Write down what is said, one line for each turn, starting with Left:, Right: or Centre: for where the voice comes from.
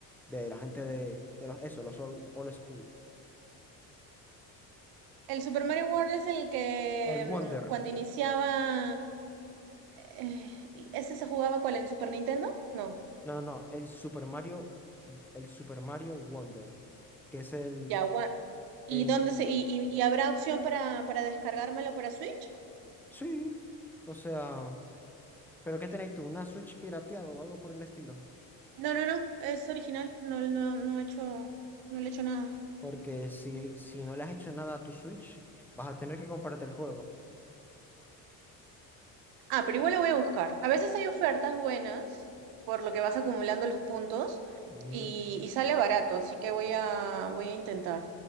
Centre: de la gente de, de los- eso, los old, old school.
Right: El Super Mario World es el que
Centre: El Wonder,
Right: mm, cuando iniciaba, eh, y ¿ese se jugaba cuál en Super Nintendo? No,
Centre: no, no, no, el Super Mario, el Super Mario Wonder, que es el,
Right: ya, gua- ¿Y
Centre: el,
Right: dónde se, y, y- y habrá opción para, para descargármelo para Switch?
Centre: sí, o sea... ¿Pero qué tenéis tú? ¿Una Switch pirateada o algo por el estilo?
Right: No, no, no, es original, no, no, no he hecho, no le he hecho nada.
Centre: Porque si, si no le has hecho nada a tu Switch, vas a tener que comprarte el juego.
Right: Ah, pero igual lo voy a buscar. A veces hay ofertas buenas, por lo que vas acumulando los puntos
Centre: Mm,
Right: y, y sale barato, así que voy a, voy a intentar.